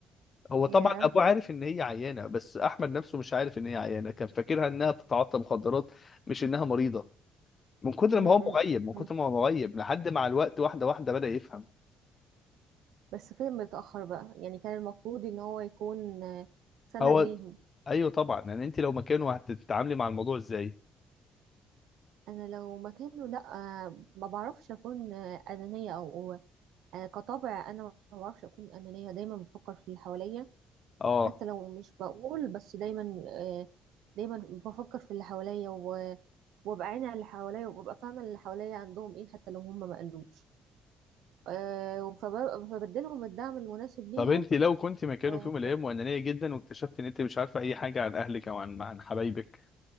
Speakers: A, on the left (about 35°); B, on the right (about 80°).
A: هو طبعا
B: ياه
A: ابوه عارف ان هي عيانه بس احمد نفسه مش عارف ان هي عيانه كان فاكرها انها بتتعاطى مخدرات مش انها مريضه من كتر
B: مم،
A: ما هو
B: مم،
A: مغيب من كتر
B: مم.
A: ما هو مغيب لحد مع الوقت واحده واحده بدأ يفهم
B: بس فين متاخر بقى يعني كان المفروض ان هو يكون آه، سند
A: هو
B: ليهم
A: ايوه طبعا يعني انت لو مكانه هتتعاملي مع الموضوع ازاي
B: انا لو مكانه لا آه، ما بعرفش اكون آه، انانيه او آه، كطبع انا ما بعرفش اكون انانيه دايما بفكر في اللي حواليا
A: اه
B: حتى لو مش بقول بس دايما آه، دايما بفكر في اللي حواليا و- وابقى عيني على اللي حواليا وابقى فاهمه اللي حواليا عندهم ايه حتى لو هم ما قالوش آه، فب- فبديلهم الدعم المناسب ليهم
A: طب انت لو كنت مكانه
B: آه،
A: في يوم من الايام وانانيه جدا واكتشفت ان انت مش عارفه اي حاجه عن اهلك او عن عن حبايبك